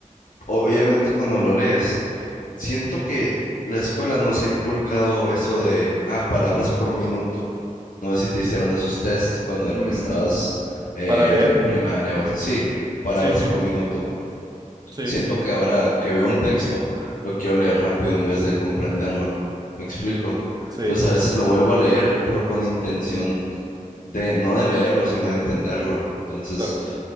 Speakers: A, on the left; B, on the right.
A: obviamente cuando lo lees, siento que la escuela nos ha inculcado eso de, ah, palabras por minuto. No sé si te hicieron esos tests cuando era-
B: Mm,
A: estabas eh,
B: ¿para leer?
A: en primaria o así. Sí, palabras
B: Sí, sí,
A: por minuto.
B: sí,
A: Siento que ahora que veo un texto, lo quiero leer rápido en vez de comprenderlo. ¿Me explico?
B: sí,
A: Entonces a veces lo vuelvo a leer, pero con intención de, no de leerlo, sino de entenderlo. Entonces,
B: claro,